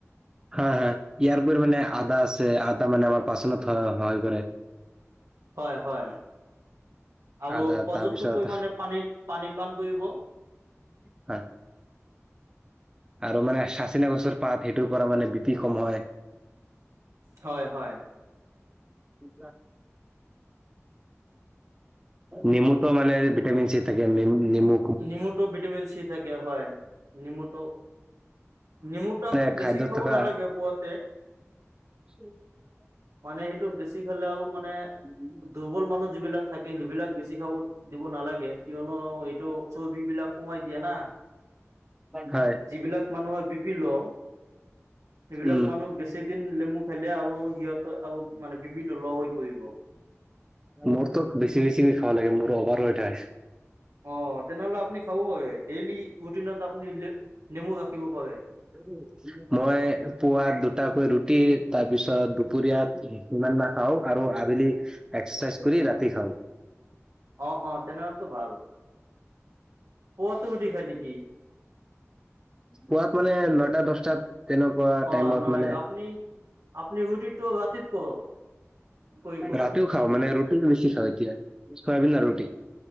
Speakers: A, on the right (about 15°); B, on the right (about 75°).
A: হয় হয়। ইয়াৰ পৰিমানে মানে আদা আছে আদা মানে আমাৰ পাচনত সহায় কৰে।
B: হয় হয়। আৰু
A: আদা
B: পৰ্যাপ্ত
A: তাৰপিছত
B: পৰিমাণে পানী পানী পান কৰিব।
A: হয়। আৰু মানে চাজিনা গছৰ পাত সেইটোৰপৰা মানে বিপি কম হয়।
B: হয় হয়।
A: <unintelligible> নেমুতো মানে ভিটামিন চি থাকে, নেম-নেমু।
B: নেমুটো ভিটামিন চি থাকে হয়। নেমুটো নেমুটো
A: মানে
B: আকৌ বেছি
A: খাদ্যত
B: খাব
A: থকা
B: নালাগে পুৱাতে।
A: <inaudible>
B: মানে সেইটো বেছি খালে আৰু মানে দুৰ্বল মানুহ যিবিলাক থাকে সেইবিলাক বেছি খাব দিব নালাগে কিয়নো এই তো চৰ্বিবিলাক কমাই দিয়ে না।
A: হয়।
B: যিবিলাক মানুহৰ বিপি ল' সেইবিলাক
A: উম,
B: মানুহ বেছিদিন নেমু খালে আৰু সিহঁতৰ আৰু মানে বিপিটো ল' হৈ পৰিব।
A: মোৰতো বেছি বেছি খাব লাগে, মোৰ অভাৰ ওৱেট হয়।
B: অ' তেনেহ'লে আপুনি খাব পাৰে। ডেইলি ৰুটিনত আপুনি নেমু ৰাখিব পাৰে।
A: <inaudible> মই পুৱা দুটাকৈ ৰুটি তাৰপিছত দুপৰীয়াত সিমানবাৰ খাওঁ আৰু আবেলি এক্সাৰচাইজ কৰি ৰাতি খাওঁ।
B: অ', অ' তেনেহ'লেতো ভাল। পুৱাতো ৰুটী খাই নেকি?
A: পোৱাত মানে নটা দহটাত তেনেকুৱা
B: অ
A: টাইমত
B: নহয়
A: মানে
B: আপুনি আপুনি ৰুটিটো ৰাতিত কৰক কৰিব
A: ৰাতিও খাওঁ মানে ৰুটি বেছি খাওঁ এতিয়া। চয়াবিন না ৰুটি।